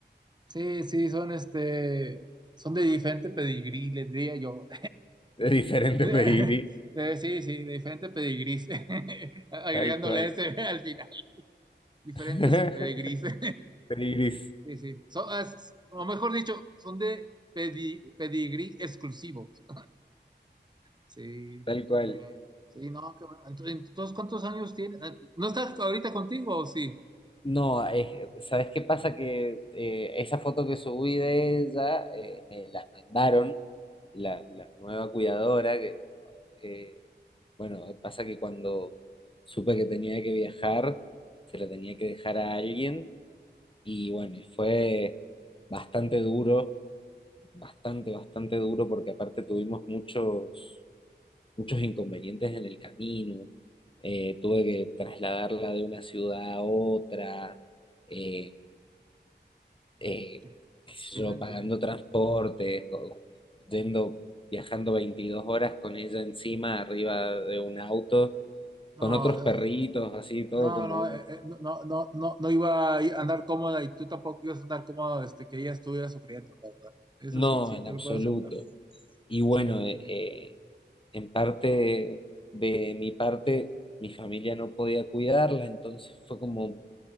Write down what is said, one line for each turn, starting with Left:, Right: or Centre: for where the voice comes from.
Right: sí, sí, son este, son de diferente pedigrí, les diría yo.
Left: de diferentes
Right: <laughs>
Left: <laughs> pedigrí,
Right: Eh, Sí, sí, de diferentes pedigrís, <laughs> agregándole
Left: tal cual.
Right: ese al final, diferentes
Left: <laughs>
Right: pedigrís. <laughs>
Left: Pedigris,
Right: Sí, sí, son, as- o mejor dicho, son de pedi- pedigrí exclusivos. Sí,
Left: tal cual.
Right: muy bien. Sí, no, qué bueno. Ent- Entonces, ¿cuántos años tienes? Ah, ¿No estás ahorita contigo o sí?
Left: No, es- ¿sabes qué pasa? Que eh, esa foto que subí de ella eh, me la mandaron, la, la nueva cuidadora, Eh, bueno, pasa que cuando supe que tenía que viajar, se lo tenía que dejar a alguien y bueno, y fue bastante duro, bastante, bastante duro porque aparte tuvimos muchos, muchos inconvenientes en el camino. Eh, tuve que trasladarla de una ciudad a otra, eh, eh,
Right: Sí,
Left: qué sé
Right: sí,
Left: yo,
Right: no entiendo.
Left: pagando transporte, o- yendo, viajando 22 horas con ella encima, arriba de un auto
Right: No,
Left: con otros perritos, así todo
Right: No,
Left: como
Right: no,
Left: un...
Right: eh, eh, no, no, no, no no iba a andar cómoda y tú tampoco ibas a andar cómodo este, que ella estuviera sufriendo, la verdad. Eso
Left: No,
Right: sí, sí,
Left: en
Right: te
Left: absoluto.
Right: lo puedo asegurar.
Left: Y bueno,
Right: Sí.
Left: eh, eh, en parte de mi parte, mi familia no podía cuidarla, entonces fue como